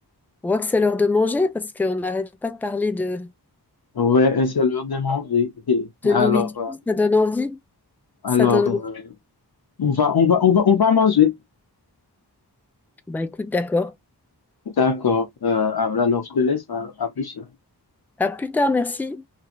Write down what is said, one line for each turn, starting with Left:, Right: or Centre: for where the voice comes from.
Centre: On voit que c'est l'heure de manger parce qu'on n'arrête pas de parler de,
Left: Ouais, et c'est l'heure de manger. <laughs>
Centre: de
Left: Alors,
Centre: nourriture.
Left: euh,
Centre: Ça donne envie.
Left: alors,
Centre: Ça donne envie.
Left: euh, on va, on va, on va, on va manger.
Centre: Bah écoute, d'accord.
Left: D'accord. Euh, alors, je te laisse à, à plus.
Centre: À plus tard, merci.